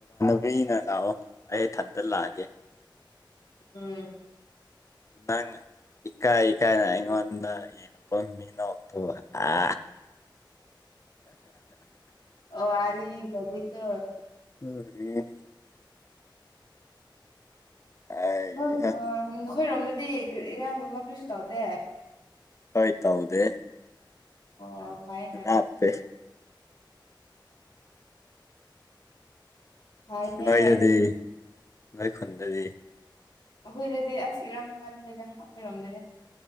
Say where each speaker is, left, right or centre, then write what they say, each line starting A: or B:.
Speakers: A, on the left; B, on the left.
A: ꯀꯨꯏꯅ ꯂꯥꯛꯑꯣ ꯑꯩ ꯏꯊꯟꯇ ꯂꯥꯛꯑꯒꯦ
B: ꯎꯝ
A: ꯅꯪ ꯏꯀꯥꯏ ꯏꯀꯥꯏꯅ ꯑꯩꯉꯣꯟꯗ ꯌꯦꯡꯉꯄ ꯃꯤꯅꯣ ꯑ
B: ꯑꯣ ꯋꯥꯔꯤꯒꯗꯤꯀꯣ
A: <unintelligible> ꯎ <unintelligible> ꯑꯩꯍꯥ
B: ꯑꯗꯝ ꯅꯈꯣꯏꯔꯣꯝꯗꯗꯤ ꯏꯔꯥꯡꯒꯨꯝꯕ ꯀꯔꯤꯁꯨ ꯇꯧꯗꯦ
A: ꯍꯣꯏ ꯇꯧꯗꯦ
B: ꯑꯣ ꯐꯥꯏꯅ
A: ꯂꯥꯞꯄꯦ
B: ꯐꯔꯦ
A: ꯅꯣꯏꯗꯗꯤ
B: ꯑꯗꯨꯗꯤ
A: ꯅꯣꯏ ꯈꯣꯟꯗꯗꯤ
B: ꯑꯩꯈꯣꯏꯗꯗꯤ ꯑꯁ ꯏꯔꯥꯡ ꯆꯥꯟꯅꯗꯗꯅ ꯑꯩꯈꯣꯏꯔꯣꯝꯗꯗꯤ